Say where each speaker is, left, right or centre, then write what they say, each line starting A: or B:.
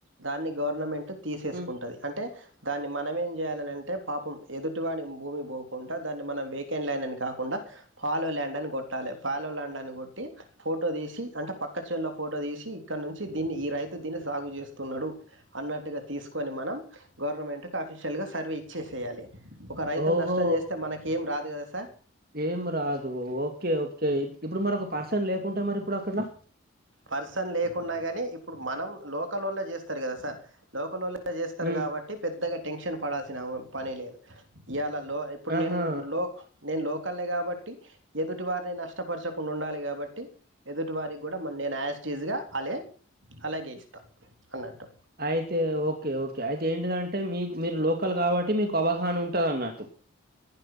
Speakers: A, on the right (about 70°); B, on the right (about 45°).
A: దాన్ని గవర్నమెంట్ తీసేసుకుంటది
B: హ్మ్.
A: అంటే దాన్ని మానేమీ చేయాలనేది అంటే పాపం ఎదుటి వాడి భూమి పోకుండా దా మనం వేకెండ్ ల్యాండ్ అని కాకుండా ఫలో ల్యాండ్ అని కొట్టాలి ఫలో లండ్ అని కొట్టి ఫోటో తీసి అంటే పక్క చేనులో ఫోటో తీసి ఇక్కడ నుంచి దీన్ని ఈ రైతు దీన్ని సాగు చేస్తున్నాడు అన్నట్టుగా తీసుకొని మనం గవర్నమెంట్కి అఫీషియల్గా సర్వే ఇచ్చేసేయాలి ఒక రైతుని
B: ఓహో
A: నష్టం చేస్తే మనకేం రాదు కదా సార్
B: ఏం రాదు ఓకే ఓకే ఇప్పుడు మరి ఒక పర్సన్ లేకుంటే మరి ఇప్పుడు ఎలా
A: పర్సన్ లేకున్నా గని ఇప్పుడు మనం లోకలొల్లె చేస్తారు కదా సార్ లోకలొల్లె చేస్తారు
B: హ్మ్
A: కాబట్టి పెద్దగా టెన్షన్ పడాల్సిన పని లేదు ఇయాల లో ఇప్పుడు
B: ఆహా
A: నేను లో నేను లోకలే కాబట్టి ఎదుటి వారిని నష్టపరచకుండా ఉండాలి కాబట్టి ఎదుటి వారికి కూడా మన్ నేను ఆయాస్టీజ్గా అలె అలాగే ఇస్తాను అన్నట్టు
B: అయితే ఓకే ఓకే అయితే ఏంటి ఇదంటే మీకు మీరు లోకల్ కాబట్టి మీకు అవగాహన ఉంటది అన్నట్టు